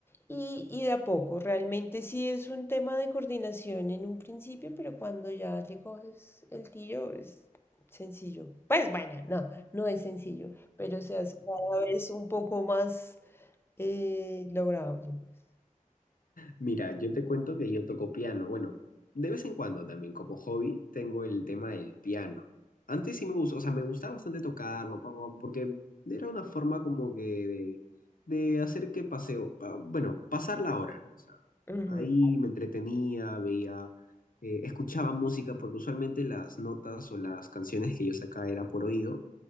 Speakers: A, on the left; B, on the left.
A: Y, y de a poco, realmente sí es un tema de coordinación en un principio, pero cuando ya le coges el tiro es sencillo. Pues bueno, no, no es sencillo, pero se hace cada vez un poco más eh, lograble, pues.
B: Mira, yo te cuento que yo toco piano. Bueno, de vez en cuando también como hobby tengo el tema del piano. Antes sí me gustó, o sea, me gustaba bastante tocarlo, pa, pa, porque era una forma como que de, de hacer que paseo, pa- bueno, pasar la hora, ¿no? O sea,
A: Ujú.
B: ahí me entretenía, veía, eh, escuchaba música, porque usualmente las notas o las canciones que yo sacaba era por oído.